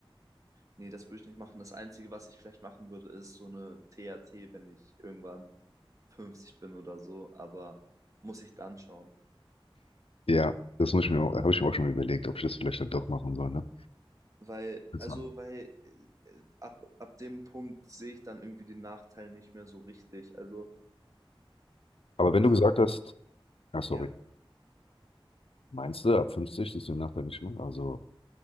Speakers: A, on the right; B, on the left.
A: nee, das würde ich nicht machen. Das Einzige, was ich vielleicht machen würde, ist so eine TAT, wenn ich irgendwann 50 bin oder so, aber muss ich dann schauen.
B: Ja, das muss ich mir, habe ich mir auch schon überlegt, ob ich das vielleicht dann doch machen soll, ne?
A: Weil,
B: Also.
A: also, weil äh, ab, ab dem Punkt sehe ich dann irgendwie den Nachteil nicht mehr so richtig. Also,
B: Aber wenn du
A: ähm,
B: gesagt hast, ah, sorry,
A: ja,
B: meinst du, ab 50 ist die Nacht dann nicht mehr? Also,